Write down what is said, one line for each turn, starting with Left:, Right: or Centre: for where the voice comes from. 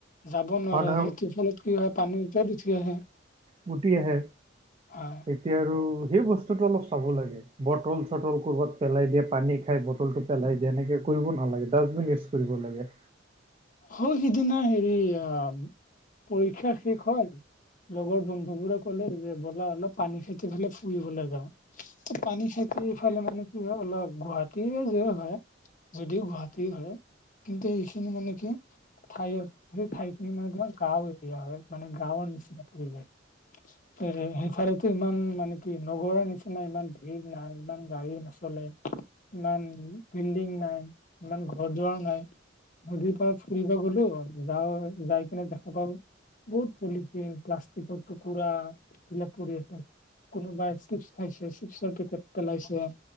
Left: যাব নোৱাৰে
Right: মানুহে
Left: সেইটোৰ ফলত কি হয় পানীৰ ওপৰত উঠি আহে।
Right: গুটি আহে।
Left: হয়।
Right: এতিয়া আৰু সেই বস্তুটো অলপ চাব লাগে বটল চটল কবাত পেলাই দিয়ে পানীত খাই বটলটো পেলাই দিয়ে এনেকে কৰিব নালাগে ডাষ্টবিন ইউজ কৰিব লাগে
Left: সৌ সিদিনা হেৰি অ পৰীক্ষা শেষ হল লগৰ বন্ধু বোৰে ক'লে যে ব'লা অলপ পানী খেটি ফেলাই ফুৰিবলৈ যাওঁ ত পানী খেতিৰফালে মানে কি হয় অলপ গুৱাহাটীৰে যে হয় যদিও গুৱাহাটী হয় কিন্তু এইখিনি মানে কি ঠাই সেই ঠাইখিনি মানে তোমাৰ গাঁও এৰিয়া হয় মানে গাঁৱৰ নিচিনা পৰিৱেশ। <unintelligible> সেইফালেতো ইমান মানে কি নগৰৰ নিচিনা ইমান ভিৰ নাই ইমান গাড়ী নচলে। ইমান বিল্ডিং নাই, ইমান ঘৰ দুৱাৰো নাই। নদীৰ পৰাত ফুৰিব গলো, যাও যাই কিনে দেখা পাও বহুত পলিথিন প্লাষ্টিকৰ টুকুৰা এই বিলাক পৰি আছে। কোনোবাই চিপছ খাইছে চিপছৰ পেকেট পেলাইছে,